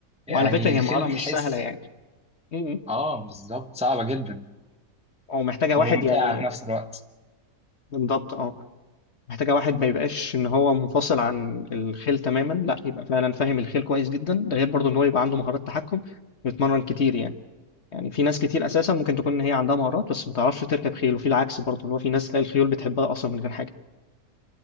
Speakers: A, in the centre; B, on the left.
A: يعني
B: وعلى فكره هي
A: الخيل
B: مهاره
A: بيحس
B: مش سهله يعني م- م.
A: اه بالظبط صعبة جدا
B: ومحتاجه
A: وممتعة
B: واحد يعني
A: في نفس الوقت
B: بالضبط اه محتاجه واحد ما يبقاش ان هو منفصل عن الخيل تماما لا يبقى فعلا فاهم الخيل كويس جدا ده غير برضه ان هو يبقى عنده مهارات تحكم بيتمرن كتير يعني يعني في ناس كتير اساسا ممكن تكون ان هي عندها مهارات بس ما تعرفش تركب خيل وفي العكس برضه ان هو في ناس تلاقي الخيول بتحبها اصلا من غير حاجه